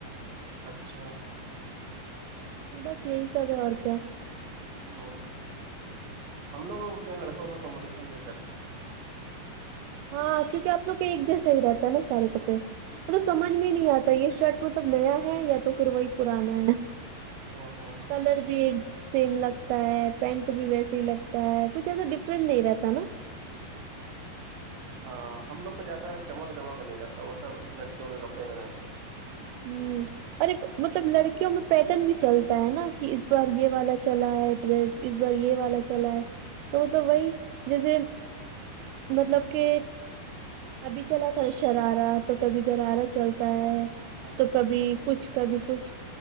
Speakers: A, on the right; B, on the right.
A: اچھا
B: بس یہی سب ہے اور کیا
A: ہوں ہم لوگوں کو کیا لڑکوں میں کمپٹیشن نہیں کرتا
B: ہاں کیونکہ آپ لوگ کا ایک جیسا ہی رہتا ہے نا سارے کپڑے مطلب سمجھ میں نہیں آتا یہ شرٹ مطلب نیا ہے یا تو پھر وہی پرانا ہے
A: ہ ہ ہ
B: کلر بھی سیم لگتا ہے پینٹ بھی ویسے ہی لگتا ہے کچھ ایسا ڈفرنٹ نہیں رہتا نا
A: ہاں ہم لوگ کو زیادہ چمک دمک نہیں رہتا وہ سب لڑکیوں کے کپڑے میں رہتے
B: ھمم اورر مطلب لڑکیوں میں پیٹرن بھی چلتا ہے نا کہ اس بار یہ والا چلا ہے ڈریس اس بار یہ والا چلا ہے تو مطلب وہی جیسے مطلب کہ ابھی چلا تھا شرارا تو کبھی درارہ چلتا ہے
A: ہوں ہوں ہوں
B: تو کبھی کچھ کبھی کچھ